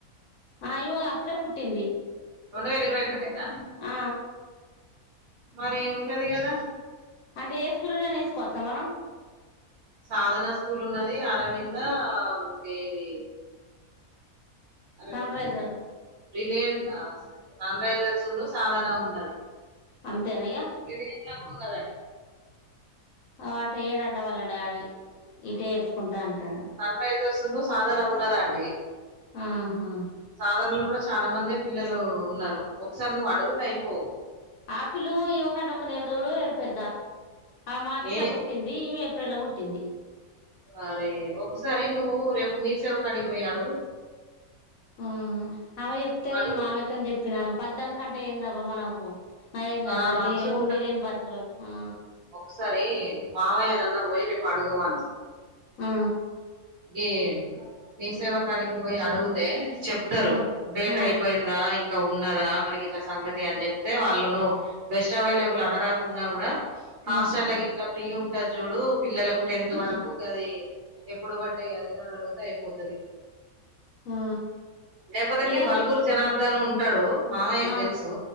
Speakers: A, on the left; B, on the right.
A: ఆ ఈమో అప్పుడే పుట్టింది
B: రెండు వేల ఇరవై ఒకటేనా
A: ఆ
B: మరి ఉంటాది కదా
A: అంటే స్కూల్నేనా వేసుకోవచ్చా మనం
B: సాధనా స్కూల్ ఉన్నది అరవింద ఇంకా ఇది అరవింద
A: సన్ రైజర్
B: ఉంది బ్రిలియన్ ఆ సన్రైజర్స్ ఉన్ను సాధన ఉన్నది
A: అంతేనా ఇగ
B: బ్రిలియట్లా కూడా ఉన్నాదాట
A: ఆ అటేయ్యడాట వాళ్ళ డాడీ ఇటే వేసుకుంటా అంటాండు.
B: సనరైజర్స్ సాధన ఉన్నదాండి
A: ఆహా
B: సాధనల కూడా చాలా మందే పిల్లలు ఉన్నారు ఒకసారి నువ్వు అడుగుతే అయిపోవు
A: ఆపిల్ ఈమెకంటే ఒక నెల రోజులు పెద్ద ఆమె మార్చిన
B: ఏ
A: బుట్ ట్టింది ఈమె ఏప్రిల్ లో పుట్టింది
B: అరే ఒకసారి నువ్వు రేపు మీసేవకడికి పోయి అడుగు
A: ఆ అమ్మ చెప్తేనే
B: అడుగు
A: నేను మామతోని చెప్పినా పద్దదాను కంటే ఏందబ్బా మనకు నయం కదా
B: ఆ మంచిగా
A: ఉండి లేని బతుకులకు ఆ
B: ఒకసరి మామయనన్న పోయి రేపు అడగమను
A: ఆ
B: గి మీసేవకాడికి పోయి అడుగుతే చెప్ టరు
A: ఆ
B: డేట్
A: ఆ
B: అయిపోయిందా ఇం ఉన్నదా మరి ఇట్లా సంగతి అని చెప్తే వాళ్ళు నువ్వు బెస్ట్ అవైలబుల్ అనరా ఉన్నా కూడా హాస్టల్లా
A: ఆ
B: ఇట్లా ఫ్రీ ఉంటది చూడు పిల్లలకు టెన్త్ వరకు గాది ఎప్పుడు పడ్డాయి అది ఇది అని అడిగితే అయిపోతాది
A: ఆ
B: లేపోతే
A: ఇవన్
B: గి బలుగురు జనార్దన్ ఉంటాడు మామయ్యకు
A: ఆ
B: తెలుసు